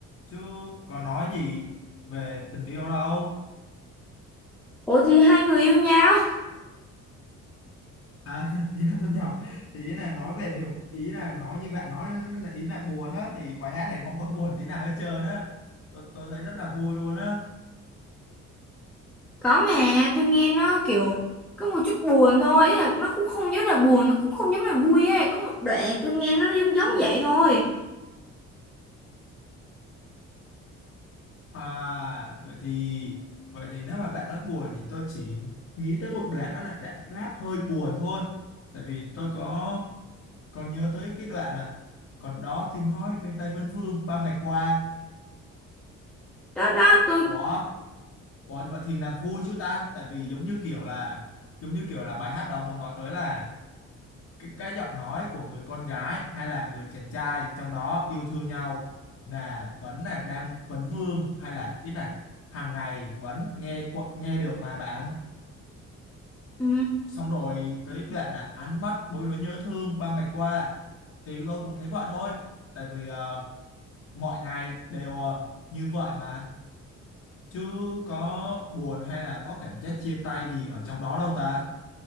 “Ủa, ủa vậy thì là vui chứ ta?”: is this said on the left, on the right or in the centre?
Left